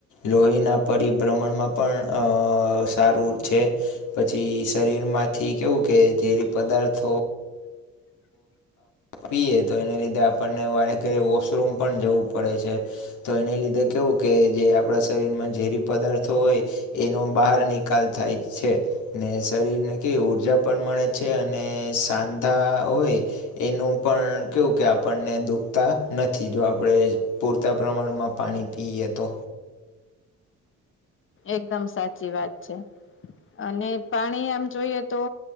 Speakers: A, on the left; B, on the left.
A: લોહીના પરિભ્રમણમાં પણ સારું છે. પછી શરીર માંથી કેવું કે ઝેરી પદાર્થો પીએ તો એને લીધે આપણને વારે ઘરે વોશરૂમ પણ જવું પડે છે. તો એને લીધે કેવું કે જે આપણા શરીરમાં ઝેરી પદાર્થો હોય, એનો બહાર નીક નિકાલ થાય છે, ને શરીરને કેવી ઉર્જા પણ મળે છે અને સાંધા હોય, એનું પણ કેવું કે આપણને દુખતા નથી જો આપણે. પૂરતા પ્રમાણમાં પાણી પીએ તો.
B: એકદમ સાચી વાત છે, અને પાણી આમ જોઈએ તો.